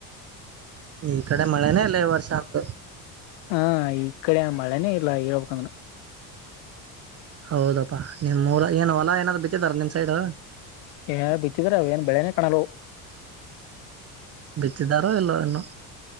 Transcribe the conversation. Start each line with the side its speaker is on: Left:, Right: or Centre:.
Right: ಈ ಕಡೆ ಮಳೆನೇ ಇಲ್ಲ ವರ್ಷ ಅಂತ
Left: ಹ ಈ ಕಡೆ ಮಳೆನೇ ಇಲ್ಲ ಹಳ್ಬೇಕಂದನು
Right: ಹೌದಪ್ಪಾ ನಿಮ್ ಮೂರ ಏನ್ ಹೊಲ ಏನಾದ್ರು ಬಿತ್ತಿದಾರ ನಿಮ್ ಸೈಡ್
Left: ಏ ಬಿತ್ತಿದ್ರ ಅವ ಏನ್ ಬೆಳೆನೇ ಕಣಲು
Right: ಬಿತ್ತಿದ್ದಾರೋ ಎಲ್ಲ ಇನ್ನು